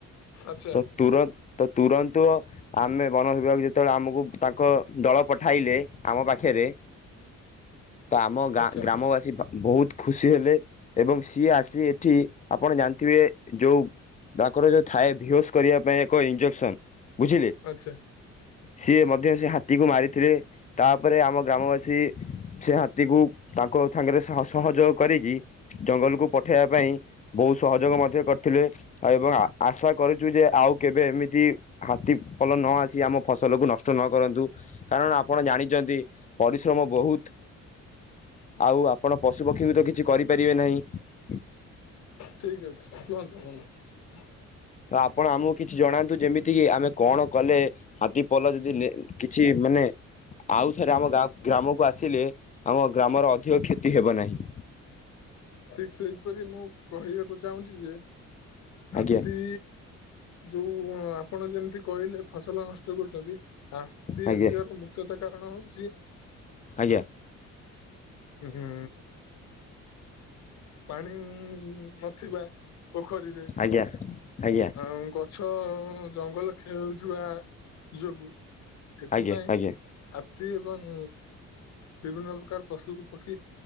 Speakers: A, on the left; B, on the left.
A: ଆଚ୍ଛା
B: ତ ତ ତ ତୁରନ୍ତ ଆମେ ବନ ଯେତେବେଳେ ଆମକୁ ତାଙ୍କ ଦଳ ପଠାଇଲେ ଆମ ପାଖରେ ତ ଆମ ଗାଁ
A: ଆଚ୍ଛା
B: ଗ୍ରାମବାସୀ ବହୁତ ଖୁସି ହେଲେ ଏବଂ ସିଏ ଆସି ଏଠି ଆପଣ ଜାଣିଥିବେ ଯୋଉ ତାଙ୍କର ଯୋଉ ଥାଏ ବେହୋସ କରିବା ପାଇଁ ଏକ ଇଞ୍ଜେକ୍ସନ ବୁଝିଲେ।
A: ଆଚ୍ଛା
B: ସିଏ ମଧ୍ୟ ସେ ହାତୀକୁ ମାରିଥିଲେ ତାପରେ ଆମ ଗ୍ରାମବାସୀ ସେ ହାତୀକୁ ତାଙ୍କ ସାଙ୍ଗରେ ସହଯୋଗ କରିକି ଜଙ୍ଗଲକୁ ପଠେଇବା ପାଇଁ ବହୁ ସହଯୋଗ ମଧ୍ୟ କରିଥିଲେ। ଏବଂ ଆଶା କରୁଛୁ ଯେ ଆଉ କେବେ ଏମିତି ହାତୀପଲ ନ ଆସି ଆମ ଫସଲକୁ ନଷ୍ଟ ନ କରନ୍ତୁ, କାରଣ ଆପଣ ଜାଣିଛନ୍ତି ପରିଶ୍ରମ ବହୁତ ଆଉ ଆପଣ ପଶୁ ପକ୍ଷୀଙ୍କୁ ତ କିଛି କରିପାରିବେ ନାହିଁ
A: ଠିକ ଅଛି କୁହନ୍ତୁ କୁହନ୍ତୁ
B: ତ ଆପଣ ଆମକୁ କିଛି ଜଣାନ୍ତୁ ଯେମିତି କିି ଆମେ କଣ କଲେ ହାତୀ ପଲ ଯଦି କିଛି ମେ ଆଉଥରେ ଆମ ଗ୍ରାମକୁ ଆସିଲେ ଆମ ଗ୍ରାମର ଅଧିକ କ୍ଷତି ହେବ ନାହିଁ।
A: ଠିକ ସେଇପରି ମୁଁ କହିବାକୁ ଚାହୁଁଛି ଯେ ହାତୀ
B: ଆଜ୍ଞା
A: ଯୋଉ ଆପଣ ଯେମିତି କହିଲେ ଫସଲ ନଷ୍ଟ କରୁ ଛନ୍ତି
B: ଆଜ୍ଞା
A: ଆସିବାର ମୁଖ୍ୟତ କାରଣ ହଉଛି
B: ଆଜ୍ଞା
A: ହୁଁ। ପାଣି ନଥିବା ପୋଖରୀରେ
B: ଆଜ୍ଞା ଆଜ୍ଞା
A: ଆଉ ଗଛ ଜଙ୍ଗଲ ଖେଳଉଥିବା ଯୋଗୁ ଏଥିପାଇଁ
B: ଆଜ୍ଞା ଆଜ୍ଞା
A: ହାତୀ ଏବଂ ବିଭିନ୍ନ ପ୍ରକାର ପଶୁକୁ ପକ୍ଷୀ